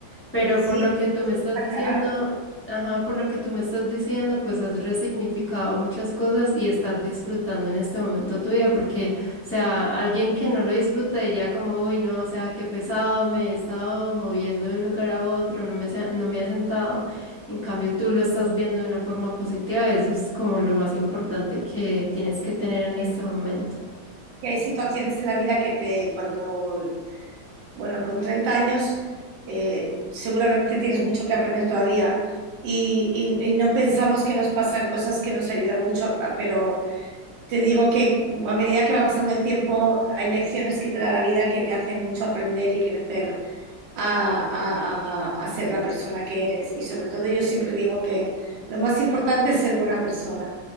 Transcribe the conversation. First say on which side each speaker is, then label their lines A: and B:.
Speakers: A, on the left; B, on the right.
A: pero
B: Pues
A: por
B: sí,
A: lo que tú
B: pues,
A: me estás diciendo,
B: claro.
A: ajá, por lo que tú me estás diciendo, pues has resignificado muchas cosas y estás disfrutando en este momento tu vida, porque, o sea, alguien que no lo disfruta diría como, uy, no, o sea, qué pesado, me he estado moviendo de un lugar a otro, no me, se- no me he sentado. En cambio, tú lo estás viendo de una forma positiva, eso es como lo más importante que tienes que tener en
B: Es
A: este momento.
B: Que hay situaciones en la vida que te, cuando Bueno, con 30 años eh, seguramente tienes mucho que aprender todavía y, y- y no pensamos que nos pasan cosas que nos ayudan mucho, a- pero te digo que a medida que va pasando el tiempo hay lecciones que te da la vida que te hacen mucho aprender y crecer a, a- a- a ser la persona que eres. Y sobre todo yo siempre digo que lo más importante es ser buena persona.